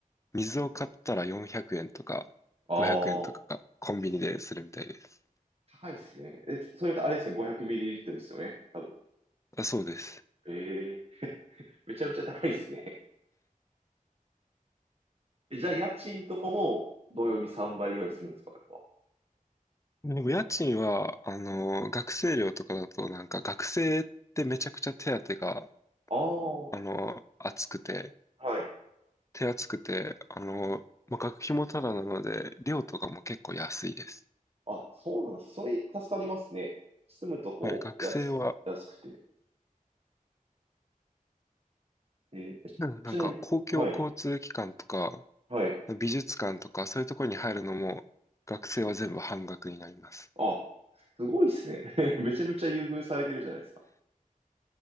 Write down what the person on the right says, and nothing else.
ああ、高いですね。え、それってあれですね。500ml ですよね。多分。
ええ、めちゃめちゃ高いですね。<laughs> え、じゃあ家賃とかも同様に3倍ぐらいするんですかやっぱ。
ああ、
は
い。
あ、そうなんです。それ助かりますね。住むとこう、
安く、安くて。えーえちなみに、
はい、はい。
あ、すごいっすね。<laughs> めちゃめちゃ優遇されてるじゃないですか。